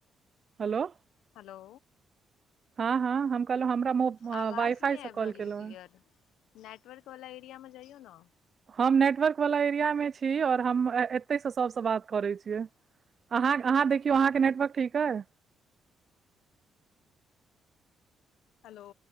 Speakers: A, on the right; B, on the left.
A: हेलो
B: हेलो
A: हँ हँ हम कहलहुँ हमरा
B: आवाज
A: वाई फाई
B: नहि
A: से
B: आबि रहल
A: कॉल केलहु
B: यऽ क्लियर
A: है
B: नेटवर्क वला एरियामे जइयौ ने
A: हम नेटवर्क वला एरियामे छी आओर हम एतहिसँ सभसँ बात करैत छियै अहाँ अहाँ देखियौ अहाँके नेटवर्क ठीक अइ
B: हेलो